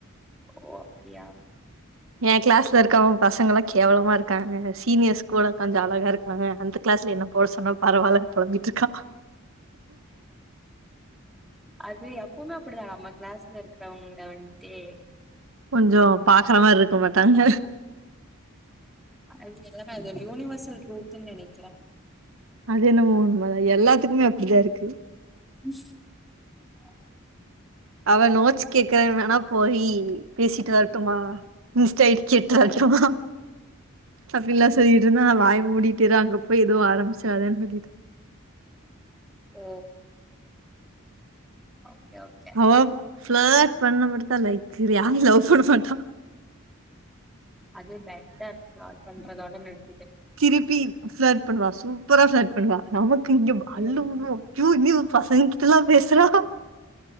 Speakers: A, in the centre; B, on the right (about 65°).
A: ஓ அப்டியா
B: ஏ கிளாஸ்ல இருக்கவங்க பசங்கள்லா கேவலமா இருக்காங்கங்க சீனியர்ஸ் கூட கொஞ்சோ அழகா இருக் ஆஹா அந்த கிளாஸ்ல என்ன போவ சொன்ன பரவால்லன் பொழம்பிட் ட்ருக்கா
A: அது எப்போமே அப்டிதா நம்ம கிளாஸ்ல இருக்றவங்க வந்ட்டே
B: கொஞ்சோ பாக்கற மார்ருக்க மாட்டாங்க
A: அது எல்லாமே அது ஒரு யூனிவர்செல் ட்ரூத்துன் நெனைக்கிற
B: அது என்னமோ உண்ம தா எல்லாத்துக்குமே அப்டிதா இருக்கு
A: ம் ஆமா
B: அவ நோட்ஸ் கேக்குறேன்னு வேணா போயி பேசிட்டு வரட்டுமா தெய்ட் கிட்ட
A: ஆ
B: வந்துருமா அப்பில்லா சொல்லிட்டு இருந்தா நா வாய மூடிட்டு இரு அங்க போய் எதுவு ஆரம்பிச்சுடாதேன்னு சொல்லிட்ட
A: ஓ ஓகே ஓகே
B: அவ ஃபிளட் பண்ண மட்டு தா லாய்க்கு யார்யு லவ் பண்ண மாட்டா
A: அது பெட்டர் ஃப்ராட் பண்றதோட நிறுத்
B: திரிப்பி ஃபிளட் பண்ணுவா சூப்பரா ஃபிளட் பண்ணுவா நமக் க் இங்க ப் அல்லு
A: ம்
B: உடு க்யூ நூ பசங் கிட்டலா பேசுறா